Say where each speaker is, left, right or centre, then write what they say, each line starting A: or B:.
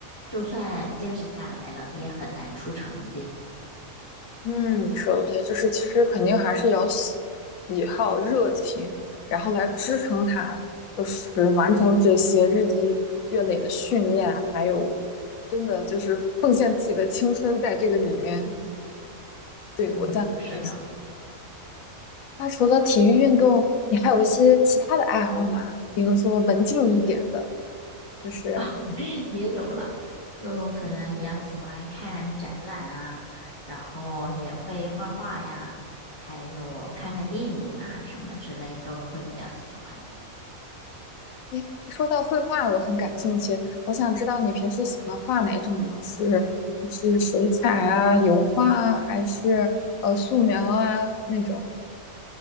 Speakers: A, on the left; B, on the left.
A: 就算坚持下来了，也很难出成绩。
B: 嗯，你说的对，就是其实肯定还是要喜喜好、热情，然后来支撑他，就是完成这些日积月累的训练啊，还有真的就是奉献自己的青春在这个里面。对，
A: 嗯，
B: 我赞同你。
A: 是的。
B: 那除了体育运动，你还有一些其他的爱好吗？比如说文静一点的，就是。
A: <laughs> 也有了，就可能比较喜欢看展览啊，然后也会画画呀，还有看看电影啊什么之类都会比较喜欢。
B: 诶，说到绘画，我很感兴趣。我想知道你平时喜欢画哪种呢？是是水彩啊、油画啊，还是呃素描啊那种？